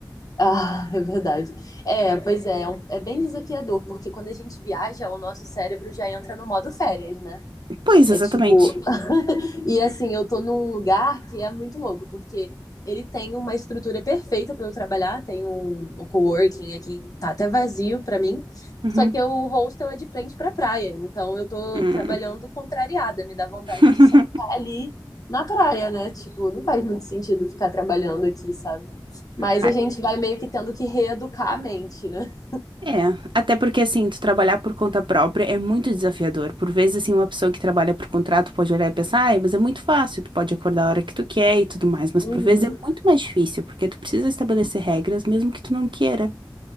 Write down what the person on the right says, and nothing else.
Pois,
exatamente.
Uhum.
Hum.
<laughs>
Ah,
É, até porque assim, tu trabalhar por conta própria é muito desafiador. Por vezes, assim, uma pessoa que trabalha por contrato pode olhar e pensar, ai, mas é muito fácil, tu pode acordar a hora que tu quer e tudo mais. Mas
por vezes é muito mais difícil, porque tu precisa estabelecer regras, mesmo que tu não queira.